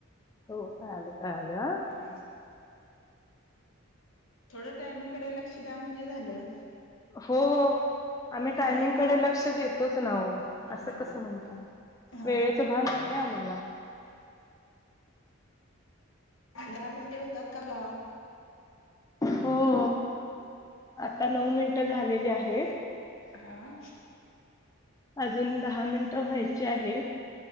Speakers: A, on the left; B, on the left.
A: हो काळाल काळाल हा.
B: हम्म. थोडं टायमिंगकडे लक्ष द्या म्हणजे झालं.
A: हो आम्ही टायमिंगकडे
B: आहे ना?
A: लक्ष देतोच नावो
B: हा
A: असं
B: हा.
A: कस म्हणताय.
B: हा
A: वेळेच भान आहे आम्हाला
B: दहा मिनटे होतात का गा.
A: हो. आता नऊ मिनिटं झालेली आहेत.
B: हा
A: अजून दहा मिनिटं व्हायची आहेत.